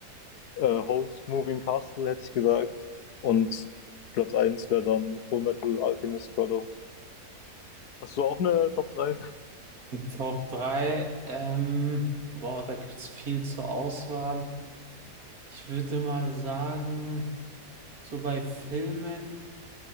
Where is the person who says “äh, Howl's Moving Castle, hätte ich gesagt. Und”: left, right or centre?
Left